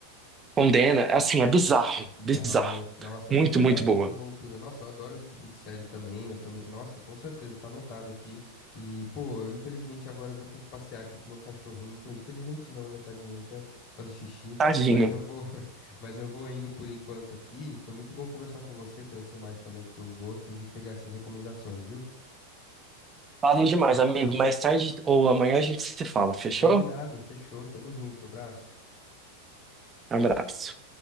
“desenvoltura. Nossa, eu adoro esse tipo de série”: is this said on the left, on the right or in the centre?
Left